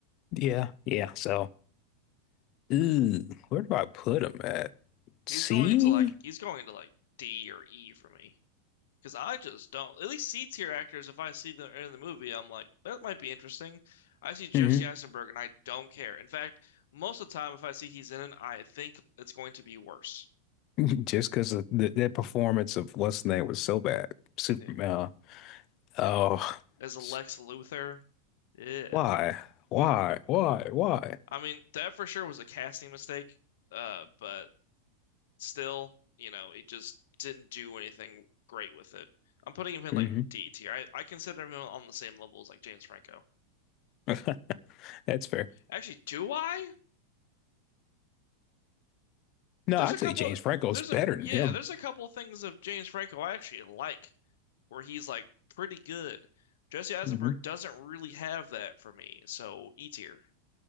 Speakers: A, on the left; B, on the left.
A: yeah, yeah. So, ooh, where do I put him at?
B: He's
A: C?
B: going into like, he's going into like D or E for me. Because I just don't. At least C tier actors, if I see them in the movie, I'm like, that might be interesting. I see Jesse
A: hmm
B: Eisenberg and I don't care. In fact, most of the time, if I see he's in it, I think it's going to be worse.
A: <laughs> Just because of the, that performance of what's the name was so bad. Superman.
B: Yeah.
A: Oh,
B: As a
A: s-
B: Lex Luthor, yeah.
A: why? Why? Why? Why?
B: I mean, that for sure was a casting mistake. Uh, but still, you know, it just didn't do anything great with it. I'm putting him in
A: Mm-hmm.
B: like D tier. I, I consider him on the same level as like James Franco.
A: <laughs> That's fair.
B: Actually, do I?
A: No,
B: There's
A: I'd
B: a couple
A: say James Franco's
B: there's
A: better
B: a
A: than
B: yeah,
A: him.
B: there's a couple things of James Franco I actually like where he's like pretty good. Jesse Eisenberg
A: hmm
B: doesn't really have that for me, so E tier.